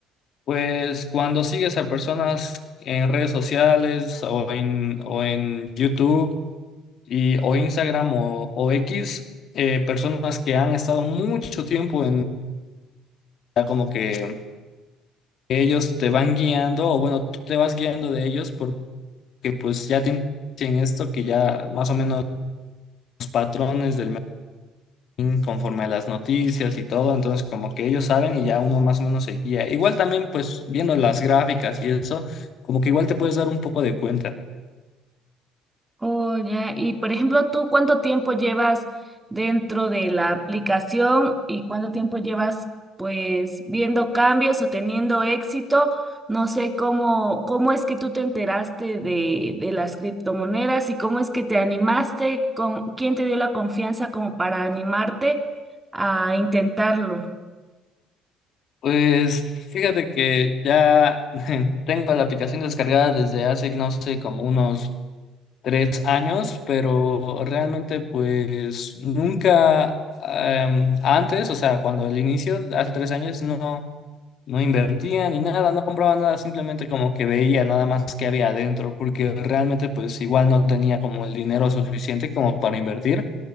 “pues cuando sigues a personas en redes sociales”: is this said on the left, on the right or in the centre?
Left